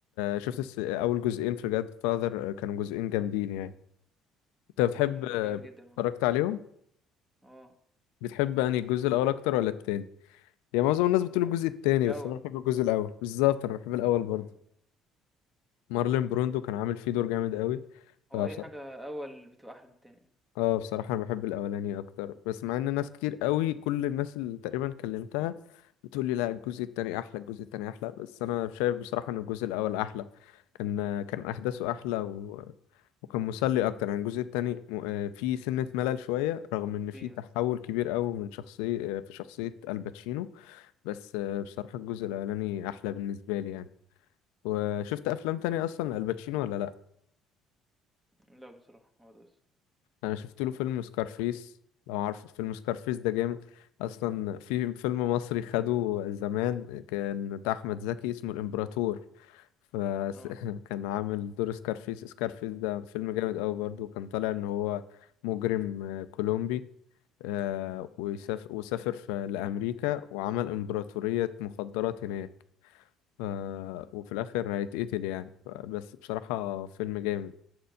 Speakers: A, on the left; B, on the right.
A: شفت الس- اول جزئين في جاد فاذر كانوا جزئين جامدين يعني انت بتحب
B: اه ما
A: آه،
B: ده جامد جدا
A: اتفرجت
B: اه
A: عليهم
B: اه
A: بتحب انهي
B: تحفة
A: الجزء الاول اكتر ولا التاني يعني معظم الناس بتقول
B: لا
A: الجزء التاني
B: الأول
A: بس انا بحب الجزء الاول بالظبط انا بحب الاول برضه
B: اه
A: مارلين بروندو كان عامل فيه دور جامد قوي فبصراحه
B: هو أي حاجة أول بتبقى أحلى من التانية.
A: اه بصراحه انا بحب الاولاني اكتر بس مع ان
B: إمم،
A: ناس كتير قوي كل الناس اللي تقريبا كلمتها بتقول لي لا الجزء التاني احلى الجزء التاني احلى بس انا شايف بصراحه ان الجزء الاول احلى كان كان
B: إمم،
A: احداثه احلى و... وكان مسلي اكتر يعني الجزء التاني م- آه، فيه سنه ملل شويه رغم
B: إمم،
A: ان فيه
B: في
A: تحول
B: آه،
A: كبير قوي من شخصيه آه، في شخصيه الباتشينو بس آه، بصراحة الجزء الأولاني أحلى بالنسبة لي يعني وشفت
B: إمم،
A: أفلام تانية أصلا لألباتشينو ولا لأ؟
B: لأ بصراحة هو ده بس،
A: أنا شفت له فيلم سكارفيس لو عارف فيلم سكارفيس ده جامد أصلا في فيلم مصري خده زمان كان بتاع أحمد زكي اسمه الإمبراطور فكان
B: آه،
A: <laughs> عامل دور سكارفيس سكارفيس ده فيلم جامد أوي برضه كان طالع إن هو مجرم آه، كولومبي آه، ويسافر وسافر في لأمريكا وعمل إمبراطورية مخدرات هناك ف... وفي الآخر هيتقتل يعني ف... بس بصراحة فيلم جامد